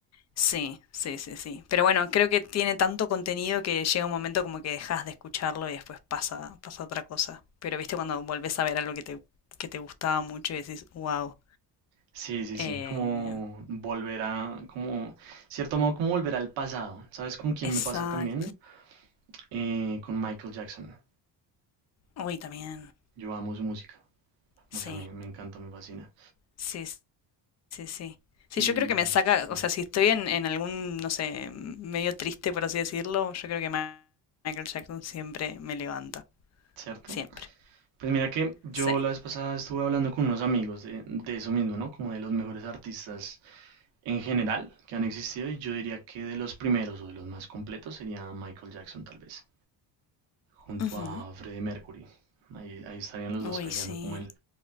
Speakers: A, on the left (about 40°); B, on the right (about 85°).
A: Sí, sí, sí, sí. Pero bueno, creo que tiene tanto contenido que llega un momento como que dejas de escucharlo y después pasa, pasa otra cosa. Pero viste cuando volvés a ver algo que te, que te gustaba mucho y decís, wow.
B: Sí, sí, sí,
A: Eh,
B: como volver a, como, cierto modo, como volver al pasado. ¿Sabes con quién
A: exacto.
B: me pasa también? Eh, con Michael Jackson.
A: Uy, también.
B: Yo amo su música,
A: Sí,
B: o sea, me, me encanta, me fascina.
A: sí, s- sí, sí. Sí,
B: Y,
A: yo creo que me saca,
B: sí,
A: o sea, si estoy en, en algún, no sé, m- medio triste, por así decirlo, yo creo que Ma- Michael Jackson siempre me levanta.
B: ¿cierto?
A: Siempre.
B: Pues mira que yo
A: Sí.
B: la vez pasada estuve hablando con unos amigos de, de eso mismo, ¿no? Como de los mejores artistas en general que han existido y yo diría que de los primeros o de los más completos sería Michael Jackson tal vez, junto
A: Ujú.
B: a Freddie Mercury. Ahí, ahí estarían los
A: Uy,
B: dos peleando
A: sí.
B: como el,